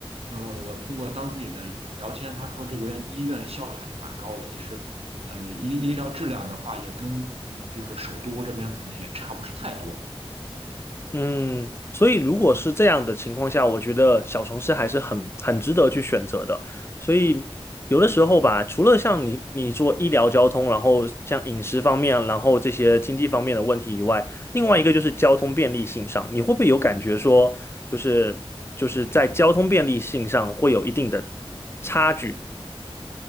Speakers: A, on the right; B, on the left.
A: 呃，我通过当地的聊天，他说这边医院效率还是蛮高的，其实。呃，医医疗质量的话，也跟嗯，就是首都这边可能也差不是太多。
B: 嗯，所以如果是这样的情况下，我觉得小城市还是很很值得去选择的。所以有的时候吧，除了像你你做医疗交通，然后像饮食方面，然后这些经济方面的问题以外，另外一个就是交通便利性上，你会不会有感觉说，就是就是在交通便利性上会有一定的差距？